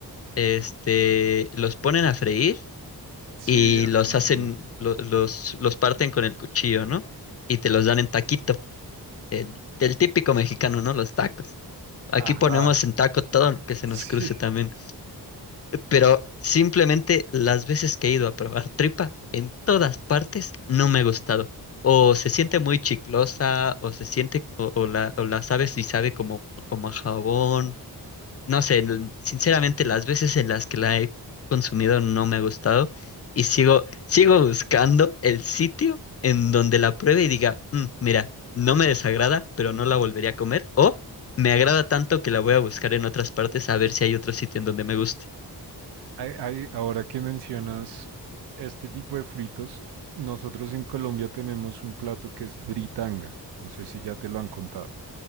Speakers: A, on the left; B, on the right.
A: este, los ponen a freír
B: Sí,
A: y
B: hacen
A: los
B: lo
A: hacen,
B: mismo.
A: lo- los, los parten con el cuchillo, ¿no? Y te los dan en taquito, el, el típico mexicano, ¿no? Los tacos. Aquí
B: Ajá.
A: ponemos
B: <laughs>
A: en taco todo lo que se
B: Sí.
A: nos cruce también. Pero simplemente las veces que he ido a probar tripa, en todas partes no me ha gustado. O se siente muy chiclosa, o se siente, o, o la, o la sabe si sabe como, como a jabón no sé, l- sinceramente las veces en las que la he consumido no me ha gustado y sigo, sigo buscando el sitio en donde la pruebe y diga, "Mm, mira, no me desagrada, pero no la volvería a comer o me agrada tanto que la voy a buscar en otras partes a ver si hay otro sitio en donde me guste.
B: Hay- hay- ahora que mencionas este tipo de fritos, nosotros en Colombia tenemos un plato que es fritanga. No sé si ya te lo han contado.